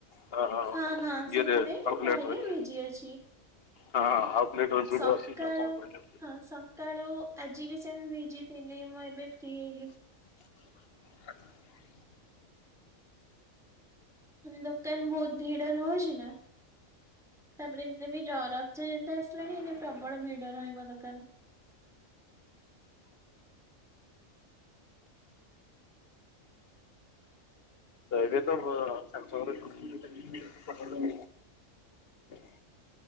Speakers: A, on the left; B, in the centre.
A: ହ ହ
B: ହଁ ହଁ ସେଥିପାଇଁ
A: ଇ
B: ଟିକେ
A: କାଲକୁଟର୍
B: କହିଲେ ବିଜି ଅଛି।
A: ହ ଆଉ
B: ସକାଳୁ
A: <unintelligible>
B: ହଁ ସକାଳୁ ଆଜି ବି ସେମ୍ ବିଜି ଥିଲି ମୁଁ ଏବେ ଫ୍ରି ହେଲି।
A: <unintelligible>
B: ମ ଦୋକାନ ବୋହୁତ୍ ଭିଡ଼ ରହୁଛି ନା। ତାପରେ ଏମିତି ରେ ବି ଜର, ରଥ ଯାତ୍ରା ଆସିଲାଣି ଏନା ପ୍ରବଳ ଭିଡ ରହିବ ଦୋକାନ।
A: ତ ଏବେ ତ ସାମ ସଙ୍ଗ <inaudible>